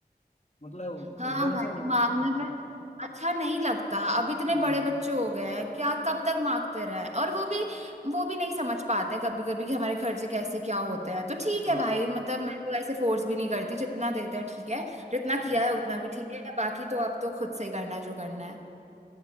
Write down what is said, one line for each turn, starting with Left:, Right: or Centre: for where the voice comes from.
Left: मतलब
Right: हाँ
Left: एकदम
Right: भाई
Left: से हाँ
Right: मांगने पे अच्छा नहीं लगता अब इतने
Left: हम्म
Right: बड़े बच्चे हो गए हैं क्या कब तक मांगते रहे और वो भी वो भी नहीं समझ पाते कभी कभी कि हमारे खर्चे कैसे क्या होते हैं तो ठीक
Left: हाँ
Right: है भाई मतलब मैं तो ऐसे फोर्स भी नहीं करती जितना देते हैं ठीक है जितना
Left: हाँ
Right: किया है उतना भी ठीक है बाकी तो अब तो खुद से ही करना है जो करना है